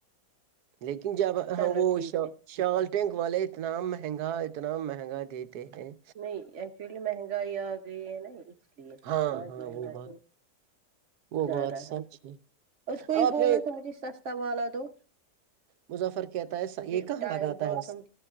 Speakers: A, on the right; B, on the right.
A: لیکن جب
B: چلو
A: ہم وہ
B: ٹھیک
A: ش
B: ہے
A: شال ٹینک والے اتنا مہنگا اتنا مہنگا دیتے ہیں
B: نہیں ایکچولی مہنگائی آ گئی ہے نا اس لیے
A: ہاں
B: آج
A: ہاں
B: مہنگائی
A: وہ بات وہ
B: زیادہ
A: بات سچ
B: ہے اس کو یہ
A: آپ
B: بولنا
A: نے
B: تھا مجھے سستا والا دو
A: مظفر کہتا ہے
B: مجھے
A: یہ کہا لگاتا
B: باتھ
A: ہے
B: روم